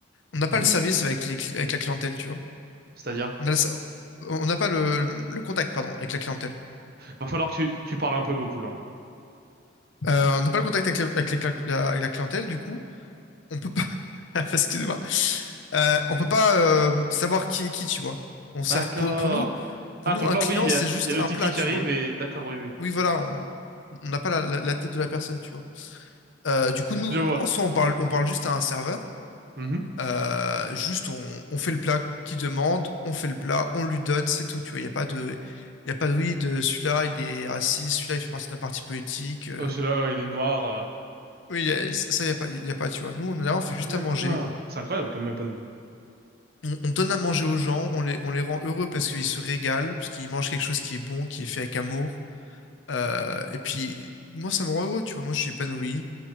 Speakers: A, on the left; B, on the right.
A: on n'a pas
B: Mhm.
A: le service avec les, cli- avec la clientèle, tu vois.
B: C'est-à-dire,
A: On a le ser- on n'a pas le, le contact, pardon, avec la clientèle.
B: va falloir que tu, tu parles un peu beaucoup, là. hein.
A: Euh, on n'a pas le contact avec, la, avec la cli- la- avec la clientèle, du coup, on peut pas, <laughs> excuse-moi, Euh, on peut pas euh, savoir qui est qui, tu vois. On sert,
B: D'accord.
A: pour, pour nous, pour
B: Ah,
A: nous,
B: ton
A: un
B: plat,
A: client,
B: oui, il y
A: c'est
B: a,
A: juste
B: il y a le
A: un
B: ticket
A: plat,
B: qui
A: tu
B: arrive
A: vois.
B: et, d'accord, oui, oui.
A: Oui, voilà, on on n'a pas la la- la tête de la personne, tu vois. Euh, du coup, nous,
B: Je vois.
A: en soi, on parle, on parle juste à un serveur.
B: Mhm.
A: Euh, juste, on, on fait le plat qu'il demande, on fait le plat, on lui donne, c'est tout. Tu vois, il n'y a pas de, il y a pas de oui, de celui-là, il est raciste, celui-là, il fait partie d'un parti politique. euh.
B: Oh, celui-là, ouais, il est noir. euh.
A: oui, y a- ça, il n'y a pas, y a pas, tu vois. Nous, on est là, on fait juste
B: D'accord.
A: à manger.
B: C'est incroyable comme point de
A: On, on donne à manger aux gens, on les, on les rend heureux parce qu'ils se régalent, parce qu'ils mangent quelque chose qui est bon, qui est fait avec amour. Euh, et puis, moi, ça me rend heureux, tu vois. Moi, je suis épanoui.